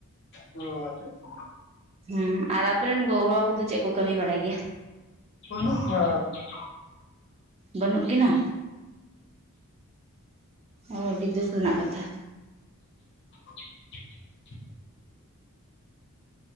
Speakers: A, on the left (about 50°); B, on the right (about 25°).
A: ᱚ ᱟᱪᱪᱷᱟ ᱟᱪᱪᱷᱟ᱾
B: ᱦᱮᱸ ᱟᱨ ᱟᱯᱚᱨ ᱨᱮᱱ ᱜᱚᱜᱚ ᱵᱟᱵᱟ ᱠᱚᱫᱚ ᱪᱮᱫ ᱠᱚ ᱠᱟᱹᱢᱤ ᱵᱟᱲᱟᱭ ᱜᱮᱭᱟ?
A: ᱵᱚᱱᱩᱜ ᱠᱚᱣᱟ ᱾
B: ᱵᱟᱹᱱᱩᱜ ᱠᱤᱱᱟ? ᱚ ᱟᱹᱰᱤ ᱫᱩᱠ ᱨᱮᱱᱟᱜ ᱠᱟᱛᱷᱟ᱾
A: <unintelligible>